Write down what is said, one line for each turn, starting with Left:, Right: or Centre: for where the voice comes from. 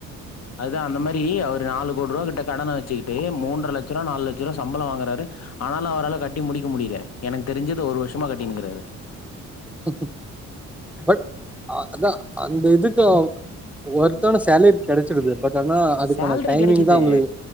Left: அதுதா அந்த மாரி அவ்ரு நாலு கோடி ருவாகிட்ட கடன வச்சுக்கிட்டு மூன்றலட்சருவா நாலு லட்ச ருவா சம்பள வாங்குறாரு ஆனாலு அவ்ரல கட்டி முடிக்க முடியில எனக்கு தெரிஞ் அது ஒரு வர்ஷமா கட்டினுக்கிறாரு
Centre: ஹ பட் அ அதா அந்த இதுக்கு அ ஒர்த்தான சேலரி கெடைச்சிருது பட் ஆனா அதுக்கான
Left: சேல்ரி
Centre: டைமிங்
Left: கெடைக்குது
Centre: தா உங்களுக்கு